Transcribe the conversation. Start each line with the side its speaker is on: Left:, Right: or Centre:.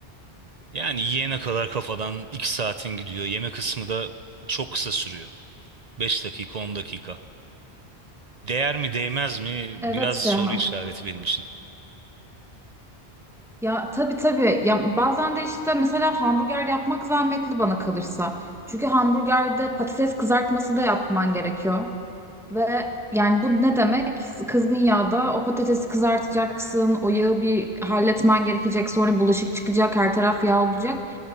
Right: Yani yiyene kadar kafadan 2 saatin gidiyor. Yeme kısmı da çok kısa sürüyor. 5 dakika 10 dakika. Değer mi değmez mi
Centre: Evet
Right: biraz soru
Centre: ya.
Right: işareti benim için.
Centre: Ya tabii tabii. Ya bazen de işte mesela hamburger yapmak zahmetli bana kalırsa. Çünkü hamburgerde patates kızartması da yapman gerekiyor. Ve yani bu ne demek? Kızgın yağda o patatesi kızartacaksın, o yağı bir halletmen gerekecek, sonra bulaşık çıkacak, her taraf yağ olacak.